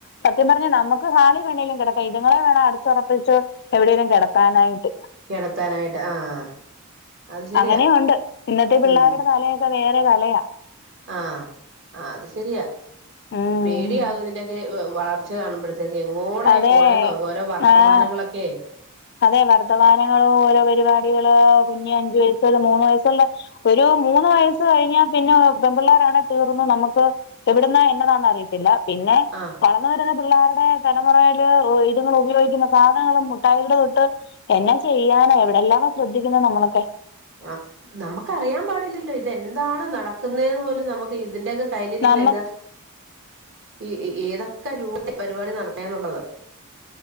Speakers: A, on the left; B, on the right.
A: സത്യം പറഞ്ഞാ നമുക്ക് ഹാളിൽ വെണേലും കെടക്ക ഇത്ങ്ങളെ വേണം അട ഒറപ്പിച്ച് എവിടെങ്കിലും കെടത്താനായിട്ട്
B: കെടത്താനായിട്ട് ആഹ് അത് ശരിയാ
A: അങ്ങനെം ഉണ്ട് ഇന്നത്തെ പിള്ളേരുടെ
B: ഉം
A: തലയൊക്കെ വേറെ തലയാ
B: ആ്ഹ് ആ അത് ശരിയാ
A: ഉം
B: പേടിയാവും ഇതിന്റെക്കെ വെ വളർച്ച കാണുമ്പോഴത്ത ത്തേക്കും എങ്ങോടാ
A: അതെ
B: ഈ പോണേന്നൊർക്കും ഓരോ വർത്തമാനങ്ങളൊക്കെ
A: ആഹ് അതെ വർത്തമാനങ്ങളും ഓരോ പരിപാടികള് കുഞ്ഞ് അഞ്ചു വയസുള്ള മൂന്ന് വയസ്സുള്ള ഒരു മൂന്ന് വയസ്സ് കഴിഞ്ഞാ പിന്നെ പെൺപിള്ളോരാണ തീർന്ന് നമുക്ക് ഇവിട്ന്ന് എങ്ങനെയാണ് അറിയത്തില്ല പിന്നെ
B: ആഹ്
A: വള രുന്ന പിള്ളേരുടെ തലമുറൽ ഇതുങ്ങൾ ഉപയോഗിക്കുന്ന സാധനങ്ങളും മുട്ടായി എന്ന ചെയ്യാനോ എവിടെയെല്ലാ ശ്രദ്ധിക്കുന്നത് നമ്മളൊക്കെ
B: ആഹ് നമുക്കറിയാൻ പാടില്ലല്ലോ ഇതെന്താണ് നടക്കുന്നന്ന് പോലും നമുക്ക് ഇതിന്റെക്കെ കയ്യിലിരിക്കണ
A: നമ്മ
B: എന്നാ ഈ ഈ ഏതൊക്കെ രൂപത്തിൽ പരിപാടി നടന്നെ എന്നുള്ളത